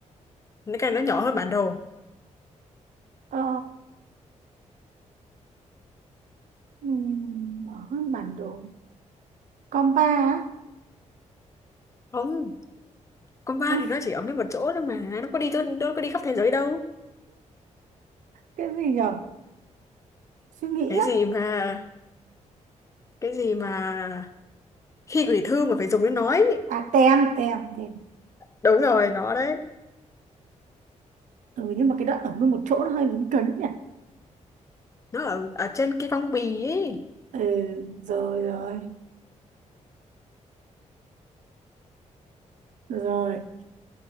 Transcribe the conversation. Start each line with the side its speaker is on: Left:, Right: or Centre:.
Left: cái này nó nhỏ hơn bản đồ
Right: Ờ, ừ, bỏ hơn bản đồ. Compa á.
Left: không con ba
Right: <laughs>
Left: thì nó chỉ ở nguyên một chỗ thôi mà nó có đi nó có đi khắp thế giới đâu
Right: Cái gì nhỉ? Suy nghĩ
Left: cái
Right: á.
Left: gì mà cái gì mà khi gửi thư mà phải dùng đến nói, ấy.
Right: À, tem, tem, tem.
Left: đúng rồi nó đấy
Right: Ừ, nhưng mà cái đoạn ở nguyên một chỗ nó hơi lấn cấn nhỉ?
Left: nó ở, ở trên cái phong bì ấy
Right: Ừ, rồi, rồi, rồi.